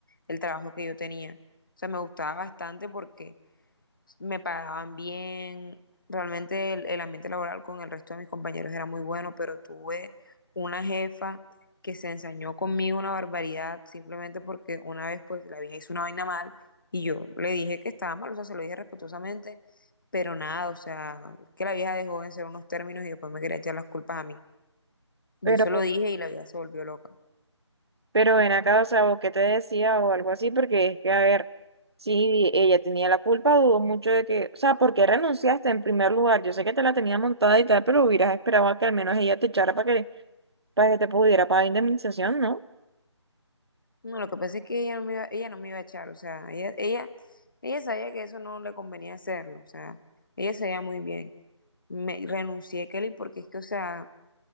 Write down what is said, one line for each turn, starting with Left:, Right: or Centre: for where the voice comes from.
Left: el trabajo que yo tenía. O sea, me gustaba bastante porque me pagaban bien, realmente el, el ambiente laboral con el resto de mis compañeros era muy bueno, pero tuve una jefa que se ensañó conmigo una barbaridad simplemente porque una vez pues la vieja hizo una vaina mal y yo le dije que estaba mal, o sea, se lo dije respetuosamente, pero nada, o sea, que la vieja dejó en ser unos términos y después me quería echar las culpas a mí.
Right: Pero
Left: Yo se lo dije y la vieja se volvió loca.
Right: Pero ven acá, o sea, ¿o qué te decía o algo así? Porque es que, a ver, si ella tenía la culpa, dudo mucho de que, o sea, ¿por qué renunciaste en primer lugar? Yo sé que te la tenía montada y tal, pero hubieras esperado a que al menos ella te echara para que, para que te pudiera pagar indemnización, ¿no?
Left: No, lo que pasa es que ella no me iba, ella no me iba a echar, o sea, ella, ella, ella sabía que eso no le convenía hacerlo, o sea, ella sabía muy bien. Me renuncié, Kelly, porque es que, o sea,